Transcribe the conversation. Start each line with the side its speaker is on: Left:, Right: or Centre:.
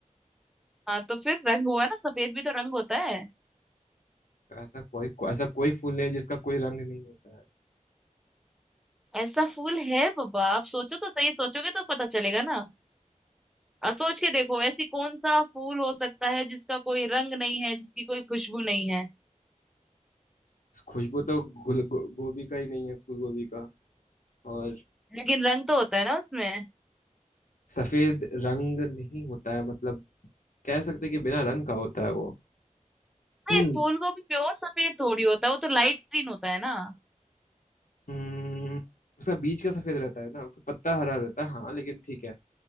Centre: हाँ तो फिर रंग हुआ ना सफेद भी तो रंग होता है
Left: तो ऐसा कोई को, ऐसा कोई फूल नहीं है जिसका कोई रंग नहीं होता है
Centre: ऐसा फूल है बाबा आप सोचो तो सही सोचोगे तो पता चलेगा ना और सोच के देखो ऐसी कौन सा फूल हो सकता है जिसका कोई रंग नहीं है जिसकी कोई खुशबू नहीं है
Left: खुशबू तो गुल गो, गोभी का ही नहीं है फूल गोभी का और
Centre: लेकिन रंग तो होता है ना उसमें
Left: सफेद रंग नहीं होता है मतलब कह सकते हैं कि बिना रंग का होता है वो
Centre: नहीं
Left: हम्म
Centre: फूल को भी प्योर सफेद थोड़ी होता है वो तो लाइट ग्रीन होता है ना
Left: हम्म, उसका बीज का सफेद रहता है ना उसका पत्ता हरा रहता है हाँ लेकिन ठीक है